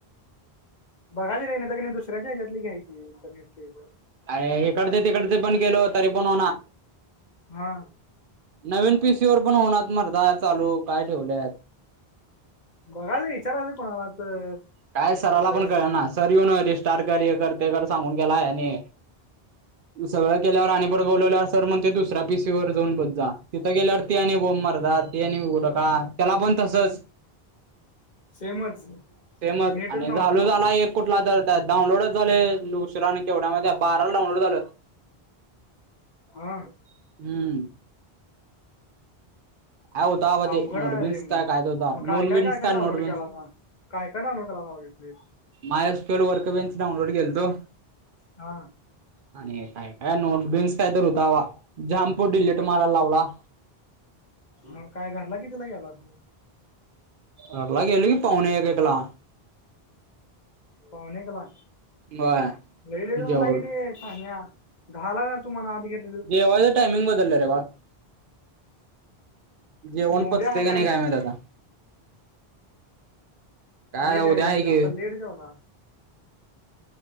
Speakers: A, on the left (about 45°); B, on the right (about 60°).
A: बघायच रेंज येत की नाही दुसऱ्याच्या ह्याच्यातली घ्यायची इंटरनेट केबल.
B: आया हिकडचं तिकडचं बंद केलो तरी पण हो ना.
A: हा.
B: नवीन पी सी वर पण होणात मर्दा चालू काय ठेवले आहेत.
A: बघायच की विचारायचं कुणाला तर
B: काय सराला
A: तिथं.
B: पण कळ ना सर येऊन रिस्टार कर हे कर ते कर सांगून गेलाय आणि हे सगळं केल्यावर आणि परत बोलवल्या सर म्हणते दुसऱ्यां पी सी वर जाऊन बस जा. तिथं गेल्यावर ते आणि बोबं मर्दा तेने उडका त्याला पण तसच
A: सेमच
B: सेमच
A: नेटच
B: आणि
A: नव्हतं
B: झालो
A: म्हणाव
B: झाला एक कुठला तर त्यात डाऊनलोडच झाले उशिराने केवढ्या माहित आहे बाराला डाऊनलोड झालं. हं
A: हा.
B: हम्म. काय होता बा ते
A: अवघड
B: नोटबिन्स
A: आहे रे मग
B: काय काय होता
A: मग काय
B: नोटबिन्स
A: काय काय काय
B: नोटबिन्स
A: डाउनलोड केलासा? काय -काय डाऊनलोड कराव लागेल ते
B: मायहेस्टाईल वर्क बें डाऊलोड केलतो.
A: हा
B: आणि काय -काय नोटबिन्स काय तर होतावा.. जम्पफूट डिलीट
A: मग
B: मारायला लावला.
A: मग काय घरला कितीला गेलात?
B: घरला गेलो की पावणे एक.. एकला
A: पावणे एकला,
B: होय
A: लय लेट झाला
B: जेवण
A: की बे.. शहाण्या दहाला जातो म्हण आत घेत-
B: जेवायच टायमिंग बदलय रे बा जेवण
A: मग
B: पचतय
A: उद्या आहे
B: का नाही काय माहित आता काय
A: लेट
B: आता
A: घरी
B: उद्या आहे
A: गेला
B: की
A: असल लेट जेवला.